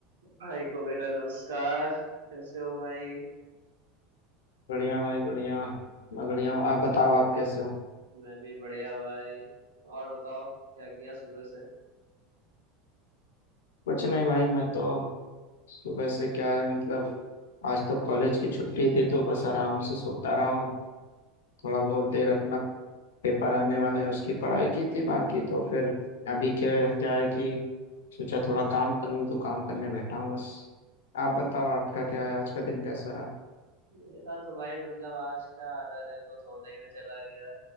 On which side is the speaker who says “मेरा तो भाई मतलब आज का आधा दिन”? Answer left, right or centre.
Right